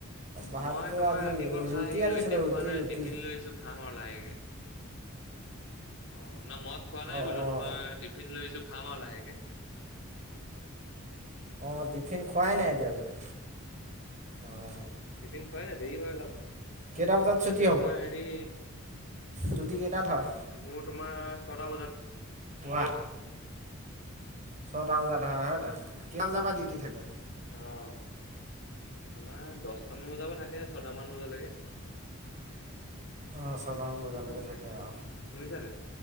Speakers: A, on the right; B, on the left.
A: ভাতটো
B: মই তোমাৰ
A: আজি
B: ৰাতিপুৱা খাই
A: ৰুটি
B: আহিলো
A: আনিছিলোঁ
B: এতিয়া খোৱা
A: ৰুটি
B: নাই,
A: ৰুটি
B: টিফিন লৈ আহিছো খাম আৰু লাহেক <unintelligible> অ'। না মই খোৱা নাই
A: অঁ
B: বোলো
A: অঁ
B: তোমাৰ টিফিন লৈ আহিছো খাম আৰু লাহেকে।
A: অ', টিফিন খোৱাই নাই এতিয়ালৈকে। অঁ
B: টিফিন খুৱাই নাই দেৰি হয় অলপ।
A: কেইটা বজাত ছুটি
B: বাকী
A: হ'ব?
B: তোমাৰ হেৰি
A: ছুটি কেইটাত হয়?
B: মোৰ তোমাৰ ছ'টা বজাত।
A: কোৱা? ছটা বজাত হয় হয়নে? কেইটা বজাৰ পৰা ডিউটি থাকে?
B: অ'। তোমাৰ দশটামান বজাৰ পৰা থাকে, ছটামান বজালৈকে।
A: অ ছটামান বজালৈকে থাকে আৰু।
B: শুনিছা নাই?